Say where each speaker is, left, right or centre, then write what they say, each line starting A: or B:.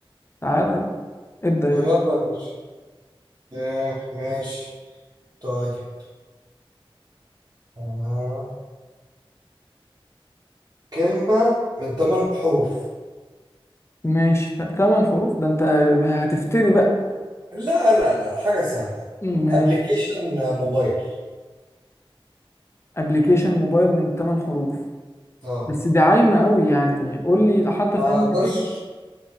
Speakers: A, on the left (about 30°); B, on the right (about 45°).
A: تعالى يلا، ابدا
B: يلا
A: يلا
B: يا باشا آه ماشي طيب آه. كلمة من ثمان حروف
A: ماشي ت- تمن حروف ده انت هتفتري بقى
B: لا لا لا حاجة سهلة
A: ماشي
B: ابلكيشن موبايل
A: ابلكيشن موبايل من تمن حروف
B: اه
A: بس دي عايمه قوي يعني قول لي حتى
B: ما
A: في انهي
B: اقدرش
A: كاتيجوري